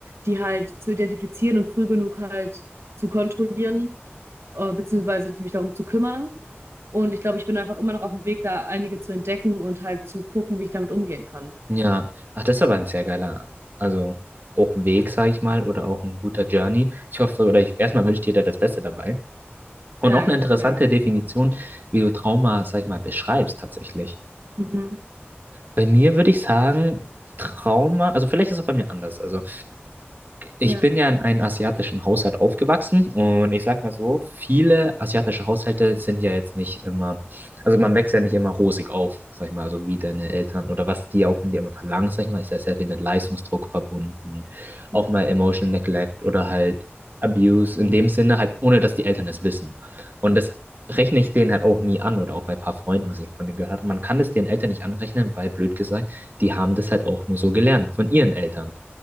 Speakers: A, on the right; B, on the right.
A: die halt zu identifizieren und früh genug halt zu kontrollieren, äh, beziehungsweise mich darum zu kümmern. Und ich glaube, ich bin einfach immer noch auf dem Weg, da einige zu entdecken und halt zu gucken, wie ich damit umgehen kann.
B: Ja, ach, das ist aber ein sehr geiler, also auch Weg, sag ich mal, oder auch ein guter Journey. Ich hoffe, oder ich, erstmal wünsche dir da das Beste dabei. Und
A: Dankeschön.
B: auch eine interessante Definition, wie du Trauma, sag ich mal, beschreibst tatsächlich.
A: Mhm.
B: Bei mir würde ich sagen, Trauma, also vielleicht ist es auch bei mir anders. Also ich
A: Ja,
B: bin ja in einem asiatischen Haushalt aufgewachsen und ich sag mal so, viele asiatische Haushalte sind ja jetzt nicht immer, also man wächst ja nicht immer rosig auf, sag ich mal, also wie deine Eltern oder was die auch von dir immer verlangen, sag ich mal, ist ja sehr viel mit Leistungsdruck verbunden, auch
A: ja.
B: mal Emotional Neglect oder halt Abuse, in dem Sinne halt, ohne dass die Eltern es wissen. Und das rechne ich denen halt auch nie an oder auch bei ein paar Freunden, was ich von denen gehört habe. Man kann das den Eltern nicht anrechnen, weil blöd gesagt, die haben das halt auch nur so gelernt von ihren Eltern.